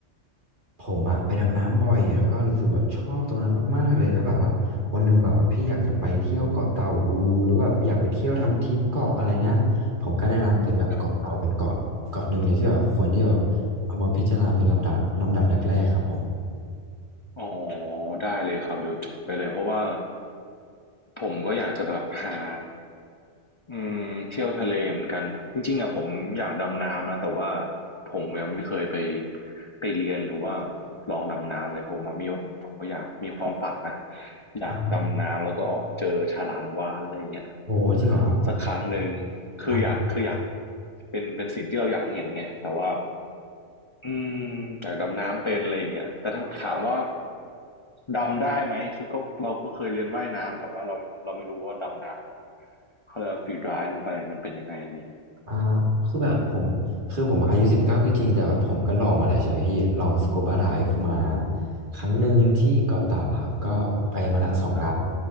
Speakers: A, on the right; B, on the left.
A: ผมอะไปดำน้ำบ่อยแล้วก็รู้สึกว่าชอบตรงนั้นมากๆเลยถ้าแบบว่าวันหนึ่งแบบว่าพี่อยากจะไปเที่ยวเกาะเต่าดูหรือแบบอยากไปเที่ยวทำทริปเกาะอะไรเงี้ยผมก็แนะนำเป็นแบบเกาะเต่าเป็นเกาะเกาะหนึ่งเลยที่แบบควรที่แบบเอามาพิจารณาเป็นลำดับลำดับแรกๆครับผม
B: ครับอ๋อได้เลยครับเดี๋ยวจดไปเลยเพราะว่าผมก็อยากจะแบบหา อืมเที่ยวทะเลเหมือนกันจริงๆอ่ะผมอยากดำน้ำนะแต่ว่าผมยังไม่เคยไปไปเรียนหรือว่าลองดำน้ำเลยผมมามีผมอยากมีความฝันนะอยากดำน้ำแล้วก็เจอฉลามวาฬอะไรอย่างเงี้ย
A: อ้าโหจริงเหรอครับ
B: สักครั้งหนึ่งคืออยากคืออยาก
A: อ่า
B: เป็นเป็นสิ่งที่เราอยากเห็นไงแต่ว่าอืมอยากดำน้ำเป็นอะไรอย่างเงี้ยแต่ถ้าถามว่าดำได้ไหมคือก็เราก็เคยเรียนว่ายน้ำแต่ว่าเราเราไม่รู้ว่าดำน้ำ เขาเรียกว่าฟรีดร้ายลงไปมันเป็นยังไงอะไรอย่างงี้
A: อ่าคือแบบผมคือผมอายุสิบเก้าก็จริงแต่แบบผมก็ลองมาแล้วใช่ไหมพี่ลองสกูบาไดฟ์มาครั้งหนึ่งที่เกาะเต่าครับก็ไปมาละสองดาว
B: ครับ